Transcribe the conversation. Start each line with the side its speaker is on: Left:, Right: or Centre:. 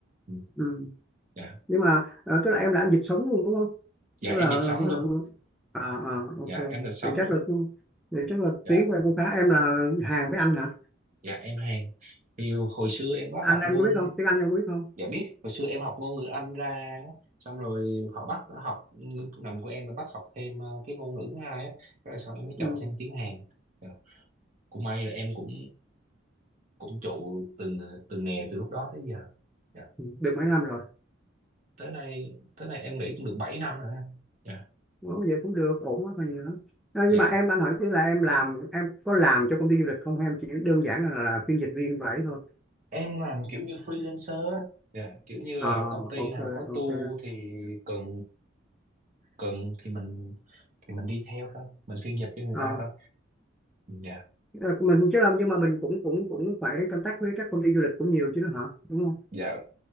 Right: ừ.
Centre: ừ
Right: dạ
Centre: nhưng mà ờ, tức là em làm dịch sống luôn đúng không
Right: dạ
Centre: tức
Right: em
Centre: là
Right: dịch sống
Centre: ờ,
Right: luôn
Centre: à à ok
Right: dạ em dịch sống
Centre: thì chắc
Right: luôn
Centre: là thì chắc là
Right: dạ
Centre: tiếng của em cũng khá em là Hàn với Anh hả
Right: dạ em Hàn thì hồi xưa em có
Centre: anh
Right: học ngôn
Centre: em có biết không tiếng Anh em có biết không
Right: dạ biết hồi xưa em học ngôn ngữ Anh ra á, xong rồi họ bắt học ngành của em là bắt học thêm ờ, cái ngôn ngữ thứ hai á rồi sau em mới
Centre: ừ
Right: chọn thêm tiếng Hàn dạ. cũng may là em cũng cũng trụ từng ờ, từng nghề từ lúc đó tới giờ dạ.
Centre: được mấy năm rồi
Right: tới nay tới nay em nghĩ cũng được 7 năm rồi anh dạ
Centre: Ủa, vậy cũng được ổn quá còn gì nữa Ờ,
Right: dạ
Centre: nhưng mà em anh hỏi chứ là em làm em có làm cho công ty du lịch không hay em chỉ đơn giản là, là phiên dịch viên vậy thôi
Right: em làm kiểu như freelancer á. dạ kiểu như là
Centre: à
Right: công ty
Centre: ok
Right: nào có tour
Centre: ok
Right: thì cần cần thì mình thì mình đi theo thôi mình phiên dịch cho người
Centre: Ờ,
Right: ta thôi dạ
Centre: Ờ, mình chứ làm nhưng mà mình cũng cũng cũng phải contact với các công ty du lịch cũng nhiều chứ nữa hả đúng không
Right: dạ